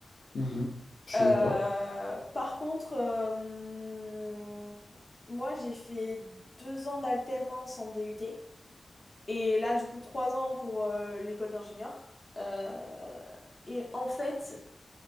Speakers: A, on the left; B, on the left.
A: Mhm. Je suis
B: Euh,
A: d'accord.
B: par contre, euh, moi j'ai fait deux ans d'alternance en DUT. Et là, du coup, trois ans pour euh, l'école d'ingénieur. Euh, et en fait,